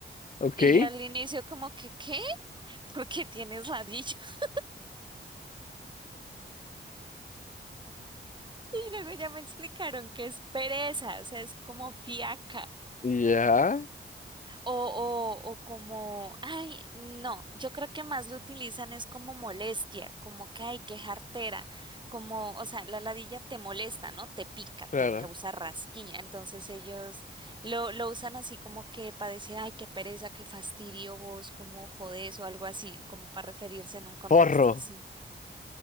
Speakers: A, on the left; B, on the right.
A: Ok.
B: Y yo al inicio como que, ¿qué? ¿Por qué tienes ladilla? <laughs> Y luego ya me explicaron que es pereza, o sea, es como fiaca.
A: Ya.
B: O, o, o como, ay, no, yo creo que más lo utilizan es como molestia, como que, ay, qué jartera, como, o sea, la ladilla te molesta, ¿no? Te pica,
A: Claro.
B: te causa rasquiña, entonces ellos lo, lo usan así como que para decir, ay, qué pereza, qué fastidio vos, como jodés o algo así, como para referirse en un contexto
A: Forro.
B: así.